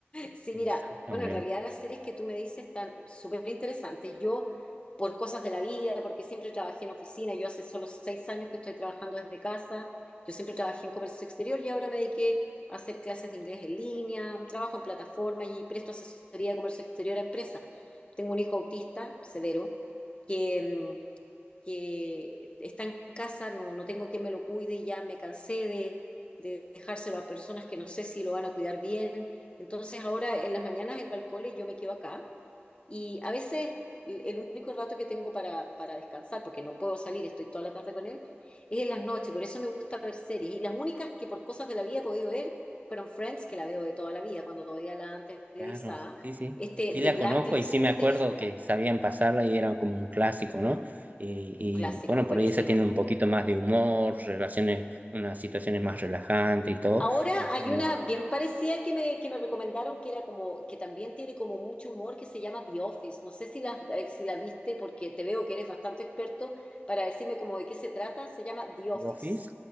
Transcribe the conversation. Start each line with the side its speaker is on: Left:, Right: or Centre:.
Left: Sí,
Right: Exactamente,
Left: mira, bueno, en realidad las series que tú me dices están súper interesantes. Yo, por cosas de la vida, porque siempre trabajé en oficina, yo hace solo seis años que estoy trabajando desde casa, yo siempre trabajé en comercio exterior y ahora me dediqué a hacer clases de inglés en línea, trabajo en plataforma y presto asesoría de comercio exterior a empresas. Tengo un hijo autista severo que, mm, que está en casa, no, no tengo quien me lo cuide y ya me cansé de, de dejárselo a personas que no sé si lo van a cuidar bien. Entonces ahora en las mañanas el balcón yo me quedo acá y a veces el, el único rato que tengo para, para descansar, porque no puedo salir, estoy toda la tarde con él, es en las noches, por eso me gusta ver series. Y las únicas que por cosas de la vida he podido ver fueron Friends, que la veo de toda la vida, cuando todavía la antes televisada.
Right: claro, sí, sí.
Left: Este,
Right: Sí
Left: The
Right: la
Left: Blacklist
Right: conozco y sí me
Left: que
Right: acuerdo
Left: te dije,
Right: que sabían pasarla y era como un clásico, ¿no? Y, y,
Left: un clásico,
Right: bueno,
Left: buenísima.
Right: por ahí esa tiene un poquito más de humor, relaciones, unas situaciones más relajantes y todo.
Left: Ahora
Right: Y
Left: hay
Right: no
Left: una bien parecida que me, que me recomendaron que era como, que también tiene como mucho humor, que se llama The Office. No sé si la, eh, si la viste porque te veo que eres bastante experto para decirme como de qué se trata. Se llama The
Right: ¿Vos
Left: Office.
Right: vis?